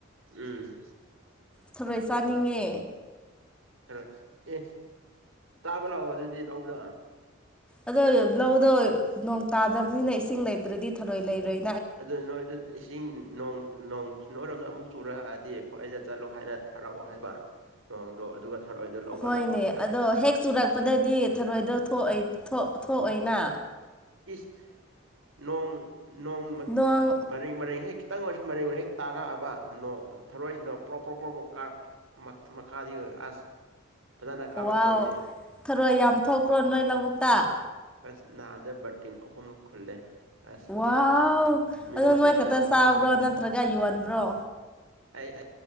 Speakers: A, on the right (about 70°); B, in the centre.
A: ꯎꯝ꯫
B: ꯊꯔꯣꯏ ꯆꯥꯅꯤꯡꯉꯦ
A: ꯊꯔꯣꯏ ꯑꯦ ꯆꯥꯕ ꯂꯥꯛꯑꯣ ꯑꯗꯨꯗꯤ ꯂꯧꯗ
B: ꯑꯗꯣ ꯂꯧꯗꯣ ꯅꯣꯡ ꯇꯥꯗꯕꯅꯤꯅ ꯏꯁꯤꯡ ꯂꯩꯇ꯭ꯔꯗꯤ ꯊꯔꯣꯏ ꯂꯩꯔꯣꯏ
A: ꯑꯗꯨ ꯅꯣꯏꯗꯨ ꯏꯁꯤꯡ ꯅꯣꯡ ꯅꯣꯡ ꯅꯣꯏꯔꯣꯝꯗ ꯑꯃꯨꯛ ꯆꯨꯔꯛꯑꯗꯤ ꯑꯩꯈꯣꯏꯗ ꯆꯠꯂꯣ ꯍꯥꯏꯔ ꯊꯥꯔꯛꯑꯣ ꯍꯥꯏꯕ ꯅꯣꯡꯗꯣ ꯑꯗꯨꯒ ꯊꯔꯣꯏꯗꯣ ꯂꯧꯕ
B: ꯍꯣꯏꯅꯦ
A: ꯂꯥꯛꯑꯣ ꯑꯗꯨꯒ
B: ꯑꯗꯣ ꯍꯦꯛ ꯆꯨꯔꯛꯄꯗꯗꯤ ꯊꯔꯣꯏꯗꯣ ꯊꯣꯛꯑꯩ ꯊꯣꯛ ꯊꯣꯛꯑꯣꯏꯅꯥ
A: ꯏꯁ ꯅꯣꯡ ꯅꯣꯡ
B: ꯅꯣꯡ
A: ꯃꯔꯩ ꯃꯔꯩ ꯍꯦꯛ ꯇꯪ ꯑꯣꯏꯁꯨ ꯃꯔꯤꯛ ꯃꯔꯩ ꯍꯦꯛ ꯇꯥꯔꯛꯑꯕ ꯅꯣꯡ ꯊꯔꯣꯏꯁꯤꯡꯗꯣ ꯄ꯭ꯔꯣꯛ ꯄ꯭ꯔꯣꯛ ꯄ꯭ꯔꯣꯛ ꯄ꯭ꯔꯣꯛ ꯀꯥꯔ ꯃꯠ ꯃꯈꯥꯗꯤ ꯌꯦꯡꯑꫭ ꯑꯁ ꯐꯖꯅ ꯀꯥꯞꯂꯛꯇꯣꯏꯅꯦ
B: ꯋꯥꯎ ꯊꯔꯣꯏ ꯌꯥꯝ ꯊꯣꯛꯄꯔꯣ ꯅꯣꯏ ꯂꯧꯕꯨꯛꯇꯥ
A: ꯑꯁ ꯅꯍꯥꯟꯗ ꯕꯔꯇꯤꯟ ꯑꯍꯨꯝ ꯈꯨꯜꯂꯦ꯫ ꯑꯁ
B: ꯋꯥꯎ
A: ꯃꯤꯉꯣꯟꯗ
B: ꯑꯗꯣ ꯅꯣꯏ
A: ꯂꯣꯏꯅꯃꯛ
B: ꯈꯛꯇ
A: ꯄꯤꯊꯣꯛ
B: ꯆꯥꯕ꯭ꯔꯣ ꯅꯠꯇ꯭ꯔꯒ ꯌꯣꯟꯕ꯭ꯔꯣ꯫
A: ꯑꯩ ꯑꯩ